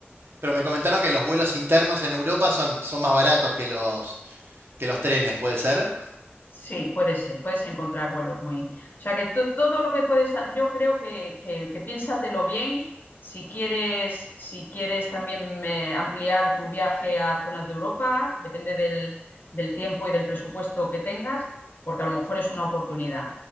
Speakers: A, on the right; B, on the left.
A: pero me comentaron que los vuelos internos en Europa son, son más baratos que los, que los trenes, ¿puede ser?
B: Sí, puede ser, puedes encontrar vuelos muy. O sea que tú- todo lo que puedes, ha- yo creo que, que, que piénsatelo bien. Si quieres, si quieres también eh, ampliar tu viaje a zonas de Europa, depende del, del tiempo y del presupuesto que tengas, porque a lo mejor es una oportunidad.